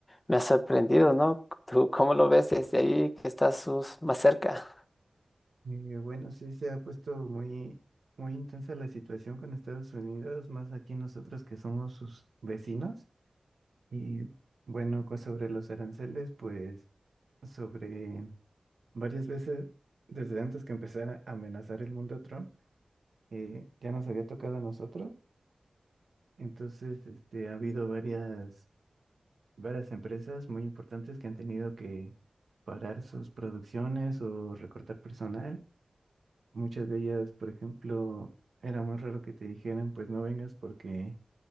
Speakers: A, on the left; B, on the right.
A: me ha sorprendido, ¿no? ¿Tú cómo lo ves desde ahí que estás sus- más cerca?
B: Eh, bueno, sí se ha puesto muy, muy intensa la situación con Estados Unidos, más aquí nosotros que somos sus vecinos. Y bueno, pues sobre los aranceles, pues sobre varias veces desde antes que empezara a amenazar el mundo a Trump, eh, ya nos había tocado a nosotros. Entonces, este, ha habido varias, varias empresas muy importantes que han tenido que parar sus producciones o recortar personal Muchas de ellas, por ejemplo, era muy raro que te dijeran, pues no vengas porque